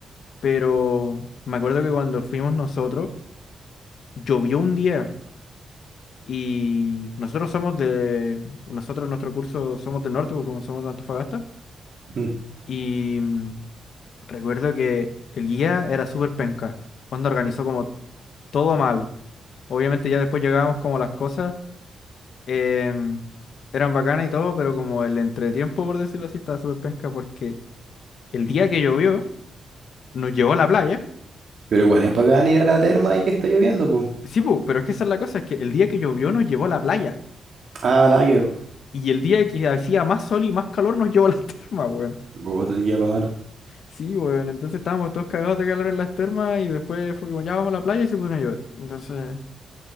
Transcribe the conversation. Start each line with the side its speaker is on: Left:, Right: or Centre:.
Left: pero me acuerdo que cuando fuimos nosotros, llovió un día. Y nosotros somos de, nosotros en nuestro curso somos del norte, porque como somos de Antofagasta.
Right: Mm.
Left: Y mm, recuerdo que el guía era súper penca. Onda organizó como todo mal. Obviamente ya después llegábamos como las cosas em, eran bacanas y todo, pero como el entretiempo, por decirlo así, estaba súper penca porque el día que llovió nos llevó a la playa.
Right: Pero igual es bacán ir a la terma y que está lloviendo, pues.
Left: Sí, pu, pero es que esa es la cosa, es que el día que llovió nos llevó a la playa.
Right: Ah, nada que ver.
Left: Y el día que hacía más sol y más calor nos llevó a la <laughs> terma, weón.
Right: Bogotá, el guía pa' malo.
Left: Sí, weón, entonces estábamos todos cagados de calor en las termas y después fue como ya vamos a la playa y se puso a llover. Entonces,